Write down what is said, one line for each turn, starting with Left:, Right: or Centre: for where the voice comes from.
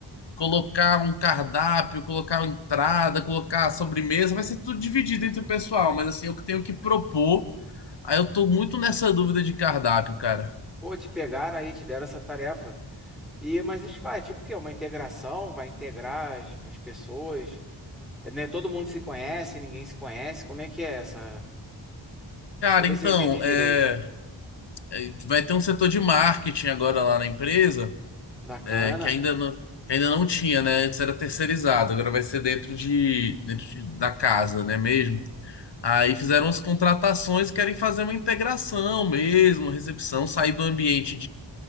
Left: colocar um cardápio, colocar uma entrada, colocar a sobremesa, vai ser tudo dividido entre o pessoal, mas assim, eu que tenho que propor. Aí eu tô muito nessa dúvida de cardápio, cara.
Centre: Pô, te pegaram aí, te deram essa tarefa. E, mas isso vai, tipo o quê? Uma integração, vai integrar as, as pessoas. É, né, todo mundo se conhece, ninguém se conhece. Como é que é essa?
Left: Cara,
Centre: Deixa eu ver
Left: então,
Centre: se eu entendi direito.
Left: é. eh, vai ter um setor de marketing agora lá na empresa,
Centre: Bacana.
Left: eh, que ainda não, que ainda não tinha, né? Antes era terceirizado, agora vai ser dentro de, dentro de- da casa, né mesmo? Aí fizeram as contratações e querem fazer uma integração mesmo, recepção, sair do ambiente